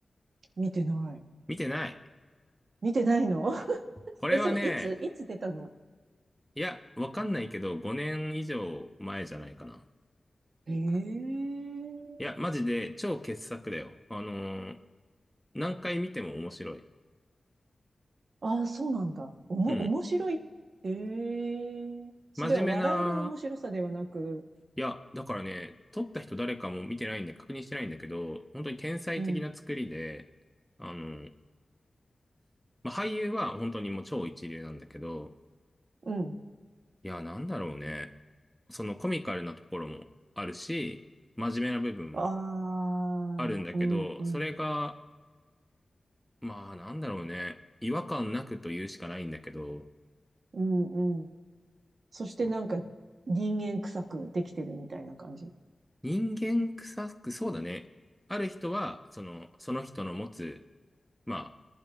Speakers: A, on the right (about 75°); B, in the centre.
A: 見てない。
B: 見てない。
A: 見てないの <laughs>
B: これはね、
A: え、それいついつ出たの
B: いや、わかんないけど、5年以上前じゃないかな。
A: へえ。
B: いや、マジで超傑作だよ。あのー何回見ても面白い。
A: ああ、そうなんだ。おも、
B: うん。
A: 面白い。ええそれは笑える面白さではなく、
B: 真面目な、いや、だからね、撮った人誰かも見てないんで確認してないんだけど、本当に天才的な作りで、
A: うん、
B: あの、まあ、俳優は本当にもう超一流なんだけど、
A: うん。
B: いや、なんだろうね。そのコミカルなところもあるし、真面目な部分も
A: ああ、
B: あるんだけど、
A: うん、うん、
B: それが、まあなんだろうね。違和感なくと言うしかないんだけど、
A: うん、うん。そしてなんか人間臭くできてるみたいな感じ。
B: そう人間臭く、そうだね。ある人は、その、その人の持つ、ま